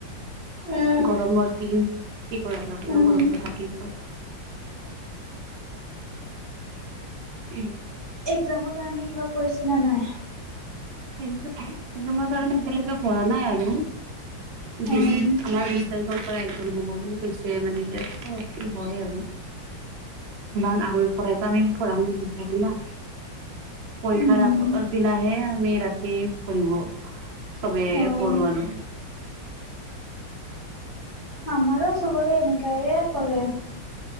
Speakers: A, on the left; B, on the right.
A: উম
B: গৰমৰ দিন কি কৰা যাব
A: উম
B: আৰু ৰ'ব ৰ'ব থাকি। উম।
A: এক্জামৰ কাৰণে কিবা কৰিছে নে নাই?
B: এক এক্সামৰ কাৰণে এতিয়ালৈকে পঢ়া নাই আৰু বিশ
A: অ'
B: আমাৰ বিশ তাৰিখৰ পৰা এজন হ'ব বুলি কৈছে মানে এতিয়া কি হয় আৰু ইমান আগৰ পৰাই আমি পঢ়া শুনা নকৰোঁ না পৰীক্ষা
A: উম,
B: আগদিনাহে আমি ৰাতি। চবে পঢ়িব চবে
A: অ'
B: পঢ়ো আৰু।
A: আমাৰো চবৰে এনেকাইৰে পঢ়ে